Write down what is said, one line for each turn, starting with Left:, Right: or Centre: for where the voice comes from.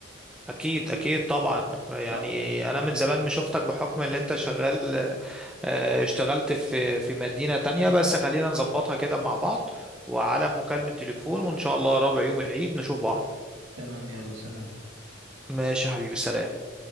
Centre: اكيد اكيد طبعا يعني
Right: طب
Centre: انا من زمان مش شفتك بحكم اللي انت شغال آه، اشتغلت في في مدينة تانية بس خلينا نظبطها كده مع بعض وعلى مكالمة تليفون وان شاء الله رابع يوم العيد نشوف بعض
Right: تمام يلا سلام
Centre: ماشي يا حبيبي سلام